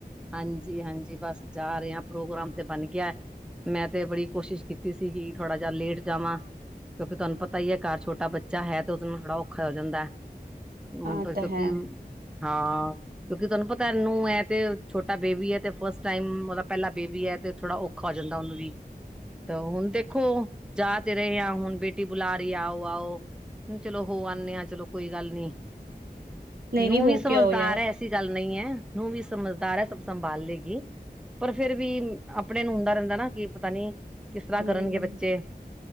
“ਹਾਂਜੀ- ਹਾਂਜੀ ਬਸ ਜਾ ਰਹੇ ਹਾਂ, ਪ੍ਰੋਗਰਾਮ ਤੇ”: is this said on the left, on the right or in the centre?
Centre